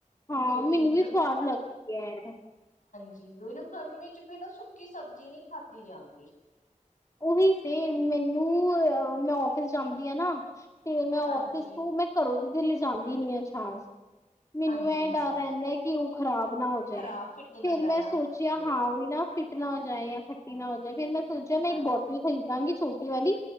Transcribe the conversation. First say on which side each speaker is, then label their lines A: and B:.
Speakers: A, on the left (about 25°); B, on the left (about 70°).
A: ਹਾਂ
B: ਕਿਉਂਕਿ
A: ਮੈਨੂੰ ਵੀ ਸਵਾਦ ਲੱਗਦੀ ਹੈ
B: ਜੀ ਔਈ ਨਾ ਗਰਮੀ ਚ ਫਿਰ ਨਾ ਸੁੱਕੀ ਸਬਜ਼ੀ ਨਈ ਖਾਧੀ ਜਾਂਦ <unintelligible>
A: ਔਹੀ ਤੇ ਮੈਨੂੰ ਅ ਮੈਂ ਆਫ਼ਿਸ ਜਾਂਦੀ ਆ ਨਾ ਤੇ ਮੈਂ ਆਫ਼ਿਸ
B: ਹਾਂਜੀ
A: ਤੋਂ ਮੈਂ ਕਰ ਘਰੋਂ ਦੀ ਤੇ ਲਜਾਂਦੀ ਨੀ ਐ ਸ਼ਾਜ਼। ਮੈਨੂੰ
B: ਹਾਂਜੀ
A: ਇਹ
B: ਹਾਂਜੀ
A: ਡਰ ਰਹਿੰਦੈ ਕਿ ਔ ਖ਼ਰਾਬ ਨਾ ਹੋ ਜਾਏ।
B: ਖ਼ਰਾਬ ਫਿੱਟ ਨਾ
A: ਫੇਰ
B: ਜਾਏ
A: ਮੈਂ
B: ਹਾਂ
A: ਸੋਚਿਆ
B: ਖੱਟੀ ਹੋ
A: ਹਾਂ
B: ਜਾਏ
A: ਔਈ ਨਾ ਫਿੱਟ ਨਾ ਹੋ ਜਾਏ ਯਾਂ ਖੱਟੀ ਨਾ ਹੋ ਜਾਏ ਫੇਰ ਮੈਂ ਸੋਚਿ ਕੱਲ ਇੱਕ
B: ਹਾਂਜੀ
A: ਬੋਟਲ ਖਰੀਦਾ ਦਾਂਗੀ ਛੋਟੀ ਵਾਲੀ